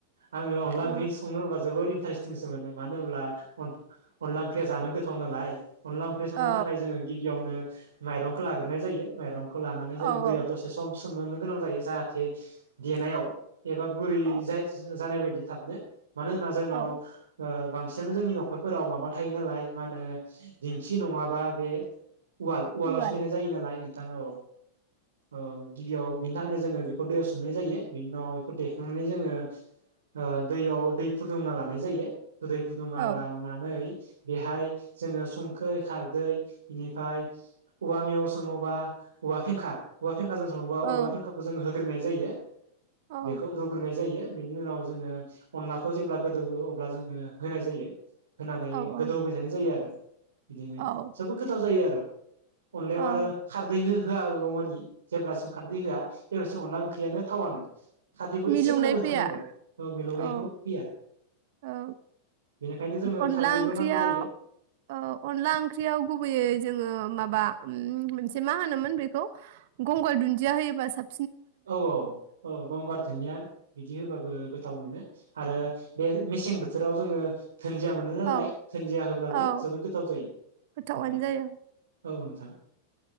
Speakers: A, on the right; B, on the right.
A: आङो अनला
B: औ
A: ओंख्रि संनो होनबा जोबोद इन्टारेस्टिंसो मोनो मानो होनब्ला अन-अनला ओंख्रिया जानो गोथाव नालाय। अनला ओंख्रि संनो
B: औ
A: थाखाय जोङो गिबियावनो माइरंखौ लाग्रोनाय जायो माइरं खौ लानानै
B: औ
A: जोङो
B: औ
A: दैयाव दसे सम सोमनोनो गोनां जायो जाहाथे देनायाव एबा गुरै
B: औ
A: जास जानाय बायदि थाबनो मानो होना जोंनाव
B: औ
A: ओ बांसिनानो जोंनि न'खरफोराव माबा थायो नालाय मा होनो दिन्थि नङाबा बे उवाल उवालावसो
B: उवाल
A: देनाय जायो नालाय नोंथां औ औ गिबियाव बेनि थाखायनो जोङो बेखौ दैयाव सो मनाय जायो बिनि उनाव बेखौ देखांनानै जोङो ओ दैयाव दै फुदुंना लानाय जायो दै फुदुङा
B: औ
A: लानानै बेहाय जोङो संखै खारदै इनिफ्राय औवा मेव सङोबा औवा फेंखा औवा फेंखाजों सङोबा
B: औ
A: औवा फेंखाखौ जों हो गोरोबनाय जायो ।
B: औ
A: बेखौ रुग्रोनाय जायो बेनि उनाव जोङो अनलाखौ जेब्ला गोदौवो अब्ला जोङो होनाय जायो होनानै
B: औ औ
A: गोदौहोबाय थानाय जायो आरो बिदिनो
B: औ
A: सबबो गोथाव जायो आरो अनलायाव
B: औ
A: आरो खारदै हो होआगौमानि जेब्लासिम खारदै होआ जेबलासिम अनला ओं ख्रियानो थावानो खारदैखौ
B: मिलौनाय
A: एसेब्लाबो होथारनांगोन
B: फैया
A: मिलौनायखौ
B: औ
A: फैया
B: औ
A: बेनिखायनो जोङो
B: अनला
A: खारदैबो
B: ओंख्रिया
A: नांगौ जायो
B: औ अनला ओंख्रियाव गुबैयै जोङो माबा मोनसे मा होनोमोन बेखौ गंगार दुन्दिया होयोबा साब
A: औ औ औ गंगार थोनिया बिदि होबाबो गोथाव मोनो आरो बे मिसिं बोथोराव जोङो धोनजिया मोनो नालाय
B: औ
A: धोनजिया होब्लाबो
B: औ
A: जोबोद गोथाव जायो नोंथां
B: गोथावानो
A: ।
B: जायो
A: औ नोंथां